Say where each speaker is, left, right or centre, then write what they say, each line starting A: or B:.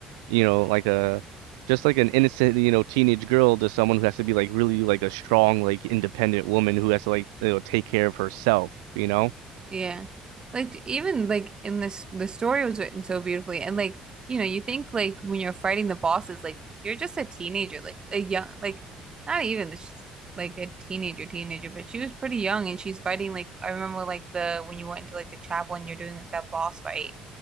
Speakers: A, on the right; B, on the right.
A: you know, like a just like an innocent, you know, teenage girl to someone who has to be like really like a strong, like independent woman who has to like, you know, take care of herself, you know? <laughs>
B: Yeah. Like even like in this the story was written so beautifully and like you know you think like when you're fighting the bosses like you're just a teenager like a young like not even this like a teenager teenager but she was pretty young and she's fighting like I remember like the when you went into like the chapel and you're doing like that boss fight